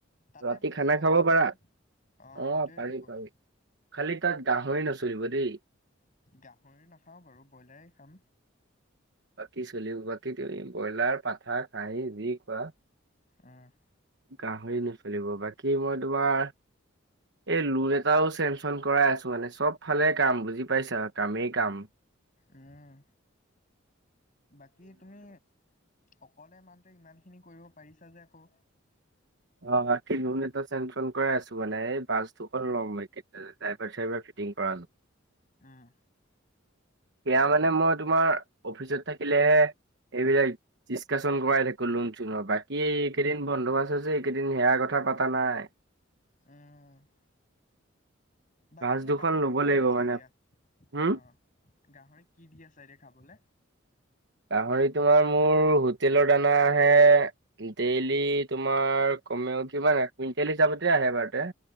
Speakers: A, on the left (about 40°); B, on the right (about 60°).
A: তাতে
B: ৰাতি
A: বনাব
B: খানা
A: পৰা
B: খাব
A: যাব
B: পাৰা।
A: ৰাতি অ',
B: অঁ
A: সেইটোয়েটো
B: পাৰি,
A: কৈছো।
B: পাৰি। খালি তাত গাহৰি নচলিব দেই।
A: গাহৰি নাখাওঁ বাৰু, ব্ইলাৰেই খাম।
B: বাকী চলিব। বাকী তুমি ব্ইলাৰ পাঠা খাহী যি খোৱা।
A: অঁ-হ।
B: গাহৰি নচলিব। বাকী মই তোমাৰ এই লোন এটাও চেঙছন কৰাই আছো। মানে চব ফালে কাম। বুজি পাইছা? কামেই কাম। উম।
A: ওঁ--হ। বাকী তুমি, অকলে মানুহটোৱে ইমানখিনি কৰিব পাৰিছা যে আকৌ
B: অঁ, অঁ মাতি' লোন এটা চেঙচন কৰাই আছো। মানে এই বাছ দুখন ল'ম এই কেইদিনতে। ড্ৰাইভাৰ-চাইভাৰ ফিটিং কৰানোঁ।
A: উম।
B: বেয়া মানে মই তোমাৰ অফিচত থাকিলেহে এইবিলাক ডিস্কাছন কৰাই থাকো লোন-চোনৰ। বাকী কেইদিন বন্ধ আছে যে এই কেইদিন সেয়াৰ কথা পাতা নাই।
A: উম বাকী
B: বাছ
A: এনে
B: দুখন
A: গাহৰিক
B: ল'ব
A: কি
B: লাগিব
A: দি আছা
B: মানে
A: এতিয়া?
B: হম
A: অঁ, গাহৰিক কি দি আছা এতিয়া খাবলে
B: গাহৰি তোমাৰ, মোৰ হোটেলৰ দানা আহে ডেইলি তোমাৰ কমেও কিমান? কুইণ্টেল হিচাপতে আহে বৰদেতা।